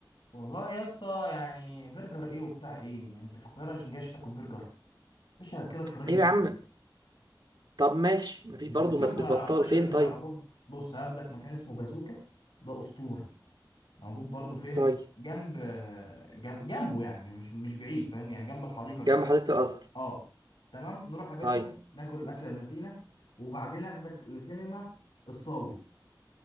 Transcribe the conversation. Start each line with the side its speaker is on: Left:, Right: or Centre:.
Left: والله يا اسطى يعني برجر ايه وبتاع ايه يعني انت فقير عشان جايش تاكل برجر مش هاكلك فرايدي
Right: ايوه
Left: تشيكن
Right: يا عم طب ماشي مفيش
Left: مش
Right: برضه
Left: بتشوفها
Right: مت- مش بطال
Left: على السوشيال
Right: فين
Left: ميديا
Right: طيب
Left: على طول بص هاخدك مكان اسمه بازوكا ده اسطوري موجود برضه فين
Right: طيب
Left: جنب جنب جنبه يعني مش مش بعيد فاهم يعني جنب الحديقه
Right: جنب
Left: كده
Right: حديقة الازهر
Left: اه تمام نروح يا باشا
Right: طيب
Left: ناكل الاكله المتينه وبعدين اخدك لسينما الصاوي